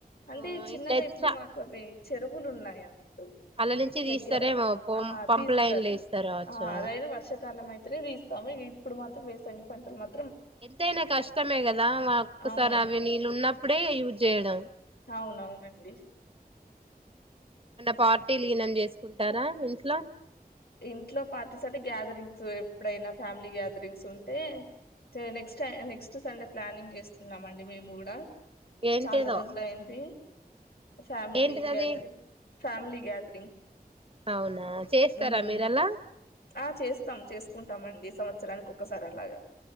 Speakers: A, on the left (about 85°); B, on the right (about 35°).
A: అంటే
B: ఆ
A: చిన్నగా
B: ఇట్లయితే
A: ఇప్పుడు
B: చ
A: మాకు అవి చెరువులు ఉన్నాయి అన్నట్టు
B: అల్ల నుంచి
A: దగ్గర
B: తీస్తారేమో పొం
A: ఆ
B: పంప్
A: తీస్తారు
B: లైన్లు ఏస్తారు కావచ్చు
A: ఆ అదైనా వర్షాకాలం అయి తనే తీస్తాము ఇగ ఇ ఇప్పుడు మాత్రం వేసంగి పంటలు మాం
B: ఎంతైనా కష్టమే కదా వ ఒక్కసారి
A: అవును
B: అవి నీళ్ళు ఉన్నప్పుడే యూజ్ చేయడం
A: అవునవునండి
B: ఫార్టీలు ఈనం చేసుకుంటారా ఇంట్లో
A: ఇంట్లో పార్టీస్ అంటే గ్యాదరింగ్స్ ఎప్పుడైనా ఫ్యామిలీ గ్యాదరింగ్స్ ఉంటే చే నెక్స్ట్ టై నెక్స్ట్ సండే ప్లానింగ్ చేస్తున్నాం అండి మేము కూడా
B: ఏంటిదో
A: చాలా రోజులు అయింది ఫ్యామిలీ
B: ఏంటిది
A: గ్యాదరి
B: అది
A: ఫ్యామిలీ గ్యాదరింగ్
B: అవునా చేస్తారా
A: ఉమ్
B: మీర లా
A: ఆ చేస్తాం చేసుకుంటామండి సంవత్సరానికి ఒకసారి అలాగా